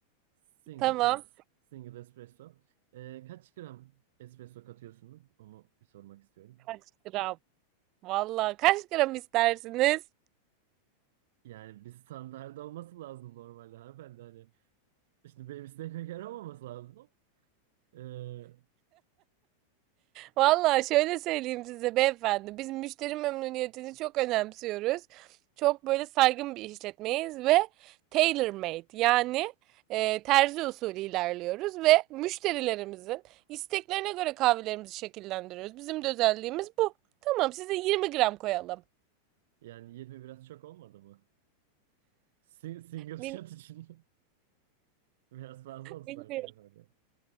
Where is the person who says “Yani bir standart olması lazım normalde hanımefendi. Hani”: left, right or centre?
Right